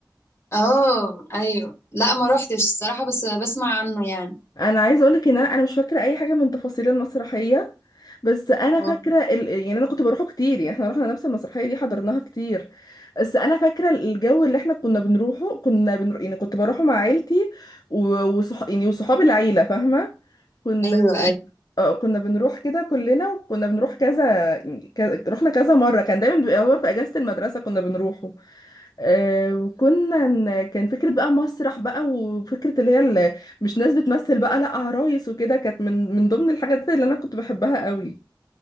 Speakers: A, on the left; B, on the left.
A: اه ايوه لا ما روحتش الصراحة بس بسمع عنه يعني
B: انا عايزه اقولك ان انا أنا مش فاكره اي حاجه من تفاصيل المسرحيه بس انا
A: اه
B: فاكره ال... يعني انا كنت بروحه كتير يعني احنا رحنا نفس المسرحيه دي حضرناها كتير بس انا فاكره الجو اللي احنا كنا بنروحه كنا بنر... يعني كنت بروحه مع عيلتي و... وصح... يعني وصحاب العيله فاهمه كنا
A: ايوه
B: اه كنا بنروح كده كلنا وكنا بنروح كذا يعني كذا رحنا كذا مرة كان دايما بيبقى هو في أجازة المدرسة كنا بنروحه آه وكنا ن- كان فكرة بقى مسرح بقى وفكرة اللي هي اللي مش ناس بتمثل بقى لا عرايس وكده كانت من من ضمن الحاجات اللي أنا كنت بحبها قوي